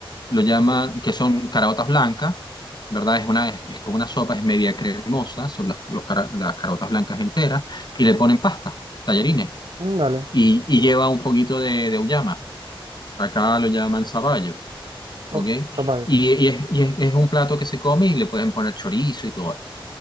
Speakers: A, on the left; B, on the right.
A: lo llaman,
B: Ok.
A: que son caraotas blancas, ¿verdad? Es una, es, como una sopa, es media cremosa, son las, los cara- las caraotas blancas enteras, y le ponen pasta, tallarines,
B: Mm, Vale.
A: y, y
B: Interesante.
A: lleva un poquito de, de auyama. Acá lo llaman zapallo ¿ok?
B: Oh, zapallo.
A: Y, y es, y es- es un plato que se come y le pueden poner chorizo y todo esto.